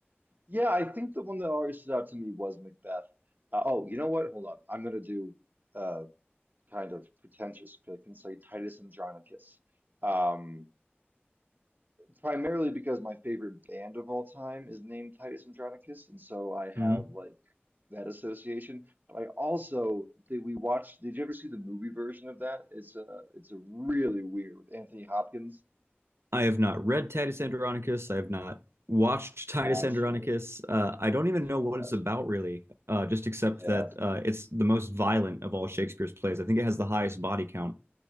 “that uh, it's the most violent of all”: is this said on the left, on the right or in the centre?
Right